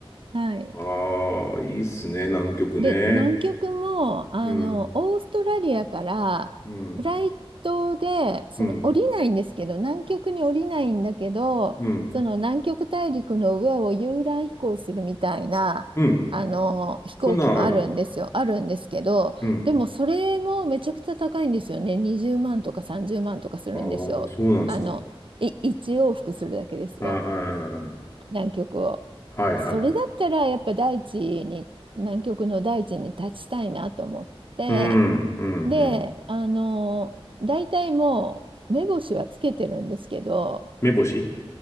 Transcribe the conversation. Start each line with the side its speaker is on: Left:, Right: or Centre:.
Right: はい。
Left: ああ、いいっすね、南極ね。
Right: で、南極も、あの、
Left: うん、
Right: オーストラリアからフライトで、
Left: うん、
Right: その降りないんですけど、
Left: うん、
Right: 南極に降りないんだけど、
Left: うん、
Right: その南極大陸の上を遊覧飛行するみたいな、
Left: うん。
Right: あの、飛行機もあるんですよ。
Left: そんなんある。
Right: あるんですけど、
Left: うん。
Right: でもそれもめちゃくちゃ高いんですよね。20万とか30万とかするんですよ。
Left: ああ、そうなんですか。
Right: あの、い、1往復するだけですよ。
Left: ああ、あああ
Right: 南極を。
Left: あはいはい。
Right: それだったらやっぱ大地に、南極の大地に立ちたいなと思って、
Left: うん、うん、
Right: で、
Left: うん。
Right: あの、大体もう目星はつけてるんですけど、
Left: 目星